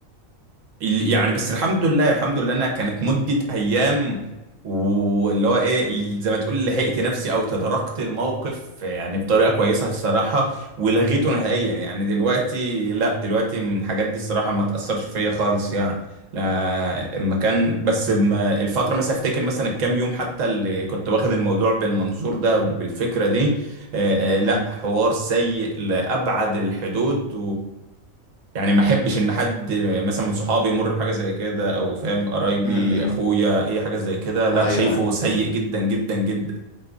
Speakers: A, on the right; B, on the left.
A: ال- يعني بس الحمد لله الحمد لله انها كانت مدة ايام واللي هو ايه زي ما تقول لحقت نفسي او تداركت الموقف يعني بطريقة كويسة الصراحة ولغيته نهائيا يعني دلوقتي لا دلوقتي من الحاجات دي الصراحة ما تأثرش فيا خالص يعني لا اما كان بس ما- الفترة مثلا افتكر مثلا الكام يوم حتى اللي كنت واخد الموضوع بالمنظور ده وبالفكرة دي آه، آه، لا
B: م-
A: حوار سيء لأبعد الحدود يعني ما احبش ان حد مثلا من صحابي يمر بحاجه زي كده او فاهم قرايبي
B: م- م.
A: اخويا اي حاجه زي كده لا
B: ايوه
A: شايفه
B: ايوه
A: سيء جدا جدا جدا